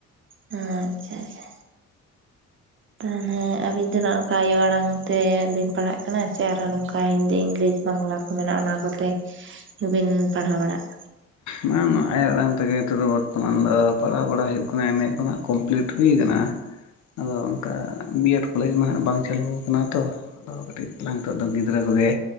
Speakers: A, on the right; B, on the left.
A: ᱦᱮᱸ ᱟᱪᱪᱷᱟ ᱟᱪᱪᱷᱟ᱾ ᱛᱟᱦᱞᱮ ᱟᱹᱵᱤᱱ ᱫᱚ ᱱᱚᱜ ᱱᱚᱝᱠᱟ ᱟᱭᱳ ᱟᱲᱟᱝ ᱛᱮᱵᱤᱱ ᱯᱟᱲᱦᱟᱜ ᱠᱟᱱᱟ ᱥᱮ ᱟᱨᱦᱚ ᱱᱚᱝᱠᱟ ᱦᱤᱱᱫᱤ ᱤᱝᱞᱤᱥᱼᱼ ᱵᱟᱝᱞᱟ ᱠᱚ ᱢᱮᱱᱟᱜᱼᱟ ᱚᱱᱟ ᱠᱚᱛᱮ ᱜᱮᱵᱤᱱ ᱯᱟᱲᱦᱟᱣ ᱵᱟᱲᱟᱜ ᱠᱟᱱᱟ?
B: ᱱᱚᱣᱟ ᱟᱭᱳ ᱟᱲᱟᱝ ᱛᱮᱜᱮ ᱱᱤᱛᱚᱜ ᱫᱚ ᱵᱚᱨᱛᱚᱢᱟᱱ ᱫᱚ ᱯᱟᱲᱦᱟᱣ ᱵᱟᱲᱟ ᱦᱩᱭᱩᱜ ᱠᱟᱱᱟ ᱮᱢᱮ ᱠᱚ ᱱᱷᱟᱜ ᱠᱚᱢᱯᱞᱤᱴ ᱦᱩᱭᱩ ᱟᱠᱟᱱᱟ ᱟᱫᱚ ᱚᱱᱠᱟ ᱵᱤᱭᱮᱰ ᱠᱚᱞᱮᱡᱽ ᱢᱟ ᱦᱟᱜ ᱵᱟᱝ ᱪᱟᱹᱞᱩ ᱟᱠᱟᱱᱟ ᱛᱚ ᱟᱫᱚ ᱠᱟᱹᱴᱤᱡ ᱛᱟᱞᱟᱝ ᱱᱤᱛᱚᱜ ᱫᱚ ᱜᱤᱫᱽᱨᱟᱹ ᱠᱚᱜᱮ